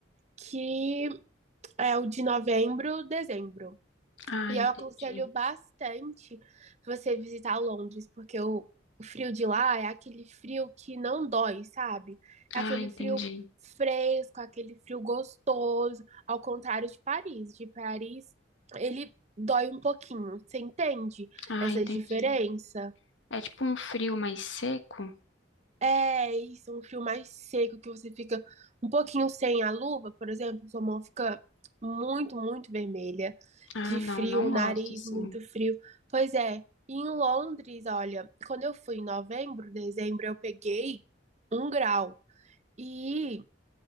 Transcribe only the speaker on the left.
Ah,
entendi.
Ah,
entendi.
Ah,
entendi.
É tipo um frio mais seco?
Ah,
não,
não
gosto, assim.